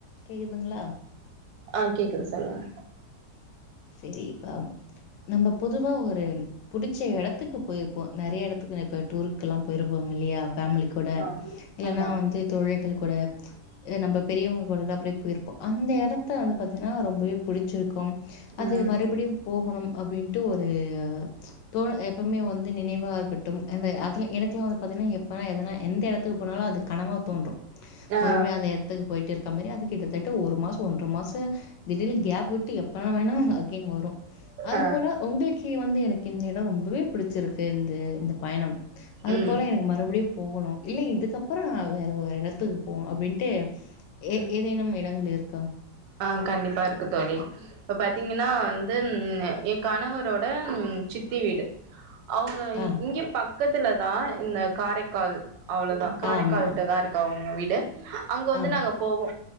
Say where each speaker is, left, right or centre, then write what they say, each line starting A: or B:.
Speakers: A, on the left; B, on the right.
A: கேக்குதுங்களா
B: ஆ கேக்குது சொல்லுங்க
A: சேரிப்பா நம்ப பொதுவா ஒரு புடிச்ச எடத்துக்கு போயிருப் போ நெறையா எடத்துக்கு நா இப்ப டூருக்குலா போயிருப்போம் இல்லையா ஃபேமிலி கூட
B: ஆ
A: இல்லனா
B: ஆமா
A: வந்து தோழிகள் கூட இதுவே நம்ப பெரியவுங்க கூடல அப்டியே போயிருப்போ அந்த எடத்த வந்து பாத்திங்கன்னா ரொம்பவே பிடிச்சிருக்கும்
B: ம்
A: அது மறுபடியு போகணும் அப்டின்ட்டு ஒரு தோணு எப்பவுமே வந்து நினைவா இருக்கட்டும் அந்த அதுல என்க்குலா வந்து பாத்தீங்கனா எப்போனா எதுனா எந்த எடத்துக்கு போனாலு அதுக் கனவா தோன்று
B: ஆ
A: மறுபடியு அந்த எட ட்த்துக்கு போயிட்டு இருக்க மாரி அது கிட்டத்தட்ட ஒரு மாச ஒன்ற மாச திடீர்னு கேப் விட்டு எப் பணோ வேணா அகைன் வரு அது
B: ஆ
A: போல உங்களுக் தி வந்து எனக்கு இந்த எட ரொம்பவே புடிச்சிருக்கு இந்த இந்த பயணம் அது
B: ம்
A: போல எனக் மறுபடியு போகணு இல்ல இதுக்கப்பற வேற ஒரு எடத்துக்கு போ அப்டின்ட்டு ஏ
B: ம்
A: ஏதேனும் எடங்கள் இருக்கா
B: ஆ கண்டிப்பா இருக்கு தோழி இப்ப பாத்தீங்கன்னா வந்து எ கணவரோட சித்தி வீடு அவுங்க
A: ஆ,
B: இங்கே பக்கத்துல தா இந்த காரைக்கால் அவ்ளோதா காரைக்கால்ட்ட
A: ஆமா.
B: தா இருக் க அவுங்க வீடு அங்க வந்து
A: ஆ,
B: நாங்க போவோ